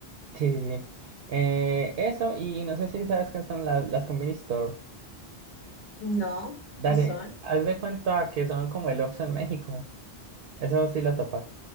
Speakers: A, on the right; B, on the left.
A: Sí, sí, sí. Eh, eso, y no sé si sabes qué son la- las Convenience Store.
B: No,
A: Dale,
B: ¿qué son?
A: haz de cuenta que son como el Oxxo en México. Eso sí lo topas.